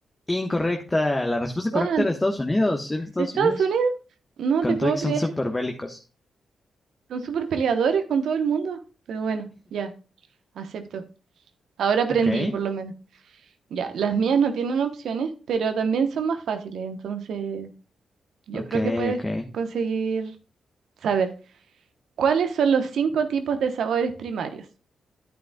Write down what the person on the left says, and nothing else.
incorrecta. La respuesta
correcta era Estados Unidos, era Estados
Unidos.
Con
todo y que
son súper bélicos.
Ok,
ok,
ok.